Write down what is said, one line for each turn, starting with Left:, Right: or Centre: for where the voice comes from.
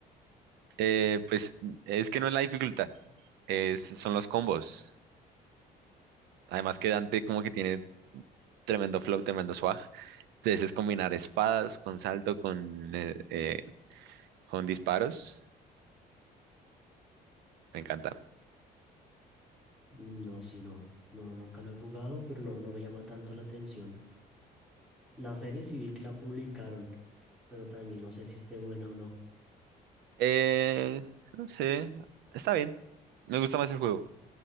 Right: Eh, pues es que no es la dificultad, es, son los combos. Además que Dante como que tiene tremendo flow, tremendo swag. Entonces es combinar espadas con salto, con, eh, eh, con disparos. Me encanta.
Centre: Mm, No, sí, no. No, nunca lo he jugado, pero no, no me llama tanto la atención. La serie sí vi que la publicaron, pero también no sé si esté buena o no.
Right: Eh, no sé, está bien. Me gusta más el juego.